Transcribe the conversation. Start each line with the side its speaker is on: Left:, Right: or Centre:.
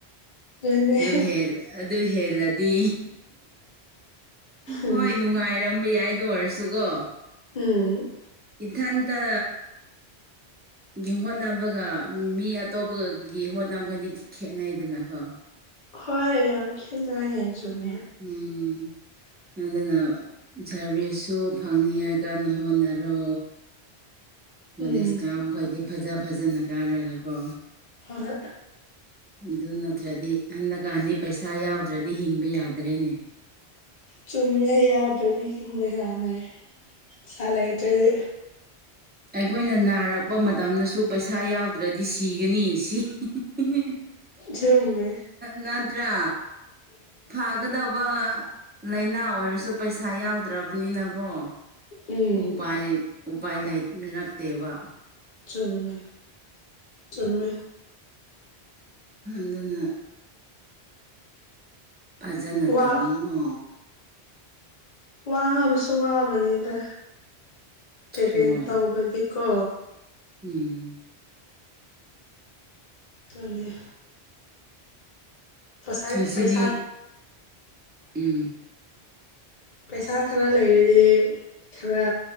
Left: ꯑꯗꯨꯅꯦ
Right: ꯑꯗꯨ ꯑꯗꯨ ꯍꯦꯜꯂꯗꯤ
Left: ꯎꯝ
Right: ꯍꯣꯏ ꯅꯨꯡꯉꯥꯏꯔꯝ ꯌꯥꯏꯗꯣ ꯑꯣꯏꯔꯁꯨꯒꯣ
Left: ꯎꯝ
Right: ꯏꯊꯇ ꯒꯤ ꯍꯣꯠꯅꯕꯒ ꯃꯤ ꯑꯇꯣꯞꯄꯒꯒꯤ ꯍꯣꯠꯅꯕꯒꯗꯤ ꯈꯦꯠꯅꯩꯗꯅꯀꯣ
Left: ꯍꯣꯏ ꯌꯥꯝ ꯈꯦꯅꯩꯦ ꯆꯨꯝꯃꯦ
Right: ꯎꯝ ꯑꯗꯨꯅ ꯁꯥꯔꯚꯤꯁꯁꯨ ꯐꯪꯅꯤꯉ ꯀꯟꯅ ꯍꯣꯠꯅꯔꯣ ꯅꯣꯂꯦꯖ
Left: ꯎꯝ
Right: ꯀꯥ ꯈꯣꯏꯗꯤ ꯐꯖ ꯐꯖꯅ ꯀꯥꯔꯒꯀꯣ
Left: ꯍ
Right: ꯑꯗꯨ ꯅꯠꯇ꯭ꯔꯗꯤ ꯍꯗꯀꯥꯟꯗꯤ ꯄꯩꯁꯥ ꯌꯥꯎꯗ꯭ꯔꯗꯤ ꯍꯤꯡꯕ ꯌꯥꯗ꯭ꯔꯦꯅꯦ
Left: ꯆꯨꯝꯃꯦ ꯌꯥꯗ꯭ꯔꯗꯤ ꯍꯤꯡꯕ ꯌꯥꯗ꯭ꯔꯦ ꯄꯩꯥ ꯂꯩꯇ꯭ꯔꯗꯤ
Right: ꯑꯩꯈꯣꯏꯅ ꯅꯥꯔꯛꯄ ꯃꯇꯝꯗꯁꯨ ꯄꯩꯁꯥ ꯌꯥꯎꯗ꯭ꯔꯗꯤ ꯁꯤꯒꯅꯤ ꯁꯤ ꯏ
Left: ꯔꯝꯃꯦ
Right: ꯅꯗ꯭ꯔꯥ ꯐꯒꯗꯧꯕ ꯂꯥꯏꯅꯥ ꯑꯣꯏꯔꯁꯨ ꯄꯩꯁꯥ ꯌꯥꯎꯗ꯭ꯔꯕꯅꯤꯅꯀꯣ
Left: ꯎꯝ
Right: ꯎꯄꯥꯏ ꯎꯄꯥꯏ ꯂꯩꯅꯔꯛꯇꯦꯕ
Left: ꯆꯨꯝꯃꯦ ꯆꯨꯝꯃꯦ
Right: <inaudible> ꯐꯖꯅ
Left: ꯋꯥ
Right: ꯇꯝꯃꯣ
Left: ꯋꯥꯕꯁꯨ ꯋꯥꯕꯅꯤꯗ ꯄꯦꯔꯦꯟ
Right: ꯍꯣꯏ
Left: ꯇꯧꯕꯗꯤꯀꯣ
Right: ꯎꯝ
Left: ꯈꯪꯉꯦ ꯄꯁꯥꯏ
Right: ꯉꯁꯤꯗꯤ
Left: ꯄꯩꯁꯥ
Right: ꯎꯝ
Left: ꯄꯩꯁꯥ ꯈꯔ ꯂꯩꯔꯗꯤ ꯈꯔ